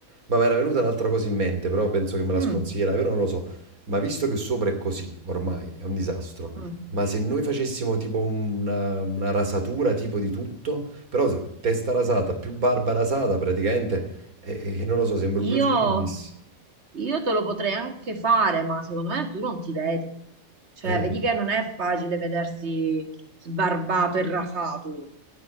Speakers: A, on the right (about 85°); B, on the right (about 50°).
A: Ma mi era venuta un'altra cosa in mente, però penso che me la
B: Mm,
A: sconsiglierai, però non lo so. Ma visto che sopra è così, ormai è un disastro.
B: mm.
A: Ma se noi facessimo tipo una, una rasatura tipo di tutto, però se- testa rasata, più barba rasata praticamente, e, e non lo so, sembro
B: Io,
A: Bruce Willis.
B: io te lo potrei anche fare, ma secondo me tu non ti vedi. Cioè,
A: Eh,
B: vedi che non è facile vedersi sbarbato e rasato.